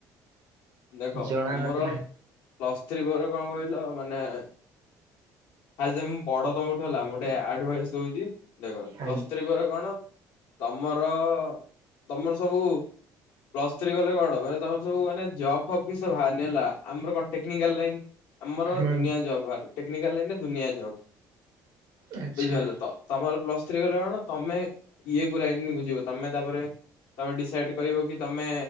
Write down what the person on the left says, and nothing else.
ଦେଖ
ତମର
ପ୍ଲସ୍ ଥ୍ରୀ ପରେ କଣ କହିଲ ମାନେ ଆ ଯେ ମୁଁ ବଡ ତମଠୁ ହେଲା ମୁଁ ଗୋଟେ ଆଡଭାଇସ୍ ଦଉଚି ଦେଖ ପ୍ଲସ୍
ଥ୍ରୀ ପରେ କଣ ତମର ତମର ସବୁ ପ୍ଲସ୍ ଥ୍ରୀ କଲେ କଣ ମାନେ ତମର ସବୁ ମାନେ ଜବ୍ ଫବ୍ କିଛି ତ ବାହାରିନି ହେଲା ଆମର କଣ ଟେକ୍ନିକାଲ ଲାଇନ୍। ଆମର
ଦୁନିଆ ଜବ୍ ବାହାରି ଟେକ୍ନିକାଲ ଲାଇନ୍ ରେ ଦୁନିଆ ଜବ୍
ବୁଝିପାରିଲ ତ ତମର ପ୍ଲସ୍ ଥ୍ରୀ କଲେ କଣ ତମେ ଇଏ କୁ ଲାଇନ୍ କୁ ଯିବ ତମେ ତାପରେ ତମେ ଡିସାଇଡ କରିବ କି ତମେ